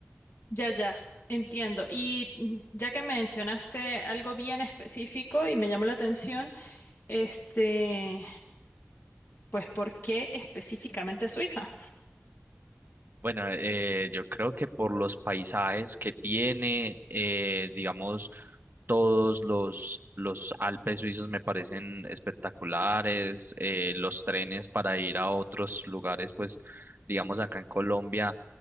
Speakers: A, on the left; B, on the right.
A: Ya, ya, entiendo. Y mm, ya que mencionaste algo bien específico y me llamó la atención, este, pues, ¿por qué específicamente Suiza?
B: Bueno, eh, yo creo que por los paisajes que tiene, eh, digamos, todos los, los Alpes suizos me parecen espectaculares, eh, los trenes para ir a otros lugares, pues, digamos, acá en Colombia